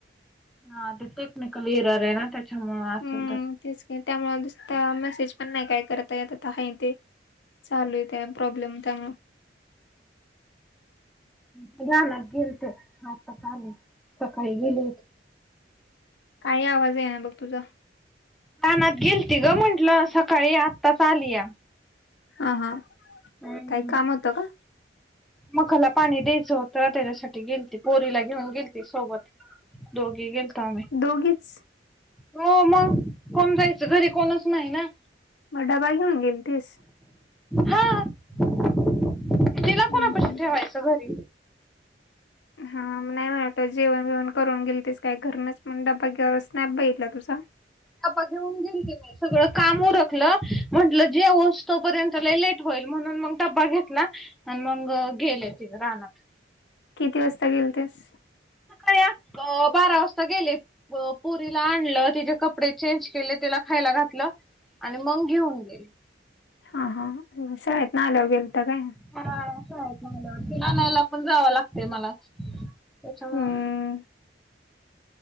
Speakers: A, in the centre; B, on the left.
A: हा ते टेक्निकल इरर आहे ना त्याच्यामुळे असेल
B: हम्म
A: तर
B: तेच का त्यामुुसत मेसेज पण नाही काय करता येत आहे ते चालू आहे त्या प्रॉब्लेम त्यामुळे
A: मज लाग गेल ते सका सकाळी गेली.
B: काय आवाज आहे ना बघ तुझा
A: कानात गेलती ग म्हंटलं सकाळी आत्ता चालीया.
B: ह हा.
A: हम्.
B: काही काम होतं का
A: मकााला पाणी द्यायचं होत त्याच्यासाठी गेल त पोरीला घेऊन गेलती सोबत दोगी गेलतम
B: दोघीच
A: हो मग कोण जायचं घरी कोणच नाही ना.
B: मग डबा घेऊन गेली तीस
A: हा तिला
B: हम्म
A: कोणा कशी
B: हम्म
A: ठेवायचं घरी
B: हा नाही ब आता जेवण बीवण करून गेलतीस काय घरुनच मंग ड्बा <unintelligible> बघितला तुझा
A: डब्बा घेऊन <unintelligible> सगळं काम उरखलं म्हंटलं जेवूस तोपर्यंत लई लेट होईल म्हणून मग डबा घेतला आण मंग गेले तिघ रानात.
B: किती वाजता गेलतिस?
A: <unintelligible> बारा वाजता गेले पोरीला आणलं, तिचे कपडे चेंज केले, तिला खायला घातलं, आणि मंग घेऊन गेली.
B: हा हा शाळेतन आल्यावर गेलता काय?
A: हा असं आहेत ना मला तिला आणायला पण जावं लागतय मलाच तेच्यामुळ
B: हम्म